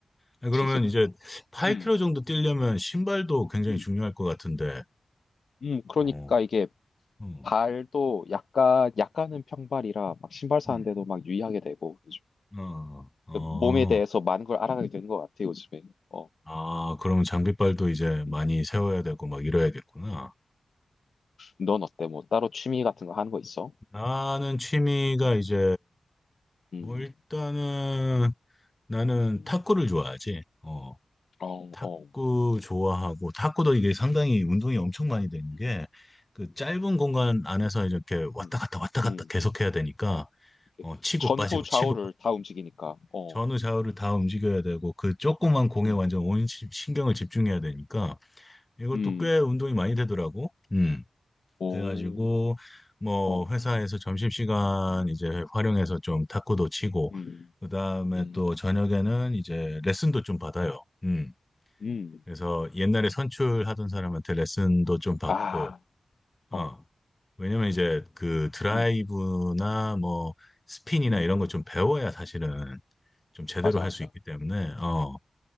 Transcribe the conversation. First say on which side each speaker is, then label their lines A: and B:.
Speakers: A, on the left; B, on the left.
A: 아니, 그러면
B: 그치, 이제
A: 이제 8km
B: 음,
A: 정도 뛰려면 신발도 굉장히
B: 음,
A: 중요할 것 같은데.
B: 음, 그러니까
A: 어,
B: 이게
A: 음,
B: 발도 약간 약간은 평발이라 막 신발 사는데도
A: 음.
B: 막 유의하게 되고 요즘
A: 어, 어.
B: 몸에 대해서 많은 걸 알아가게 되는 것 같아 요즘에. 어,
A: 아, 그럼 장비빨도 이제 많이
B: 음.
A: 세워야 되고 막 이래야겠구나.
B: 넌 어때? 뭐 따로 취미 같은 거 하는 거 있어?
A: 나는 취미가 이제
B: 음,
A: 뭐 일단은 나는
B: 음.
A: 탁구를 좋아하지. 어,
B: 어,
A: 탁구
B: 어,
A: 좋아하고 탁구도 이게 상당히 운동이 엄청 많이 되는
B: 음,
A: 게 그 짧은 공간 안에서 이렇게 왔다
B: 음,
A: 갔다 왔다 갔다
B: 음.
A: 계속 해야 되니까
B: 이렇게
A: 어, 치고
B: 전후
A: 빠지고
B: 좌우를
A: 치고 빠지고
B: 다 움직이니까. 어,
A: 전후 좌우를 다 움직여야 되고 그 조그만 공에
B: 음,
A: 완전 온 시- 신경을 집중해야 되니까 이것도
B: 음,
A: 꽤 운동이 많이 되더라고. 음.
B: 오,
A: 그래가지고 뭐
B: 어,
A: 회사에서 점심시간 이제 활용해서 좀 탁구도 치고
B: 음,
A: 그다음에
B: 음,
A: 또 저녁에는 이제 레슨도 좀 받아요. 음.
B: 음. 음.
A: 그래서 옛날에 선출하던 사람한테 레슨도 좀 받고
B: 아,
A: 어.
B: 어,
A: 왜냐면 이제 그 드라이브나
B: 음,
A: 뭐 스핀이나
B: 음.
A: 이런 거 좀 배워야 사실은 좀 제대로
B: 맞아,
A: 할
B: 맞아.
A: 수 있기 때문에 어.